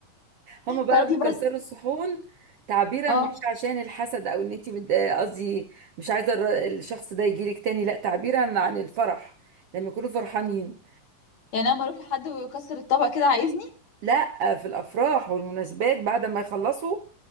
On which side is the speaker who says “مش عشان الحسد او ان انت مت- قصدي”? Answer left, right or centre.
Right